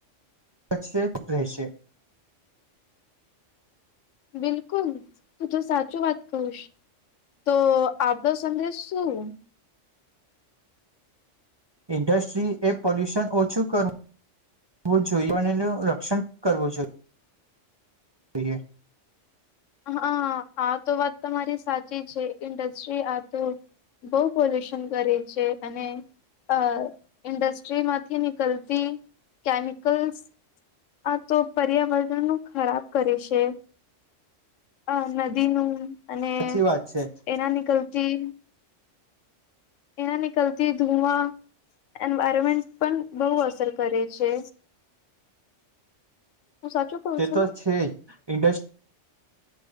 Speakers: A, on the right; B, on the left.
A: કચ્છ જ રહેશે
B: બિલકુલ તું તો સાચું વાત કુંશ તો આપણો સંદેશ શું
A: ઇન્ડસ્ટ્રી એ પોલ્યુશન ઓછું કરવું જોઈએ અને એનું રક્ષણ કરવું જોઈએ એ
B: હા આ તો વાત તમારી સાચી છે ઇન્ડસ્ટ્રી આ તો બહુ પોલ્યુશન કરે છે અને અ ઇન્ડસ્ટ્રીમાંથી નીકળતી કેમિકલ્સ આ તો પર્યાવરણ નું ખરાબ કરે છે આ નદીનું અને
A: સાચી વાત છે
B: એના નીકલતી એના નીકલતી ધુવા એન્વાયરમેન્ટ પણ બહુ અસર કરે છે હું સાચું કઉ
A: તે
B: છું
A: તો
B: ને
A: છે જ ઇન્ડસ્ટ